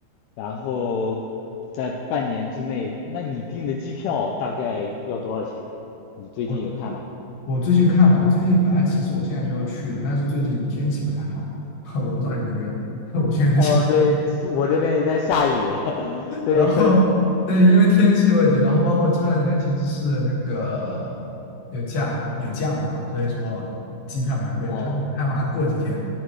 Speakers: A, on the left; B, on the left.
A: 然后在半年之内，那你订的机票大概要多少钱啊？你最近有看吗？
B: 我我最近看了，我最近本来其实我现在就要去的，但是最近天气不太好，<laughs> 我不知道你那边，<laughs> 我现在在想
A: 哦，对，我这边也在下雨，<laughs> 对，
B: 然后对，
A: 可，
B: 因为天气问题，然后包括这段时间其实是那个有假有假嘛，所以说机票蛮贵，
A: 哦，
B: 但是我看好像过几天，